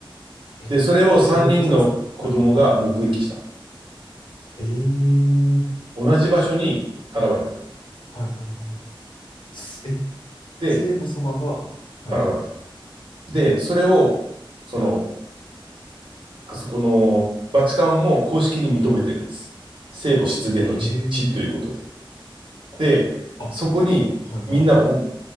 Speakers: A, on the left (about 60°); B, on the right (about 65°).
A: え、
B: で、それを3人の子供が目撃した。
A: ど、どういうことですかはいはいはい。ええ
B: 同じ場所に現れた。
A: はいはいはい。すえ、
B: で、
A: 聖母様が、はい。
B: 現れた。で、それを、その、あそこのバチカンも公式に認めてるんです。聖母出現の地、
A: ええ
B: 地ということで。で、
A: あ、
B: そこにみんなお、
A: はいはいはい。